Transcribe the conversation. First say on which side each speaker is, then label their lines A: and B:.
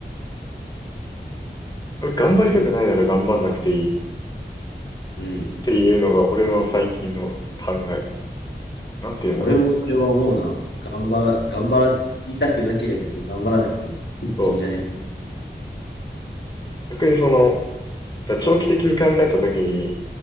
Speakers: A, on the left; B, on the left.
A: 頑張りたくないなら頑張んなくていいっ
B: うん。
A: ていうのが俺の最近の考えかな。なんて言うんだろう。
B: 俺もそれは思うな。頑張ら、頑張りたくなければ別に頑張らなくてもいいんじゃねって。
A: そう。逆にその、だから長期的に考えた時に、